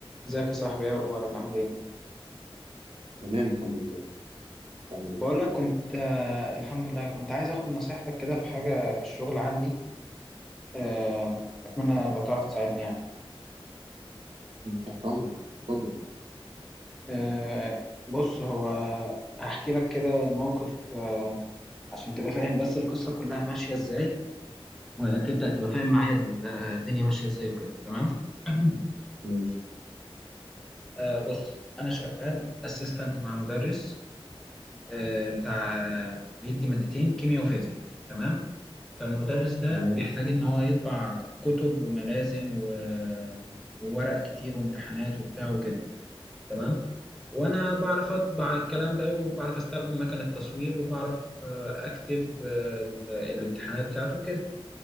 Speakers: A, in the centre; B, on the right (about 80°).
A: ازيك يا صاحبي ايه اخبارك عامل ايه
B: تمام الحمد لله بتعمل ايه؟
A: بقول لك كنت آه، الحمد لله كنت عايز اخد نصيحتك كده في حاجه في الشغل عندي آه، اتمنى لو تعرف تساعدني يعني
B: أنت تحت امرك اتفضل
A: آه، بص هو هحكي لك كده الموقف آه، عشان تبقى فاهم بس القصه كلها ماشيه ازاي وتبدا تبقى فاهم معايا ال- الدنيا ماشيه ازاي وكده تمام <clears throat>
B: ماشي
A: آه، بص انا شغال اسيستنت مع مدرس آه، بتاع بيدي مادتين كيمياء وفيزياء تمام فالمدرس ده
B: تمام
A: بيحتاج ان هو يطبع كتب وملازم و- وورق كتير وامتحانات وبتاع وكده تمام وانا بعرف اطبع الكلام ده وبعرف استخدم مكنة تصوير وبعرف آه، اكتب آه، ال- الامتحانات بتاعته وكده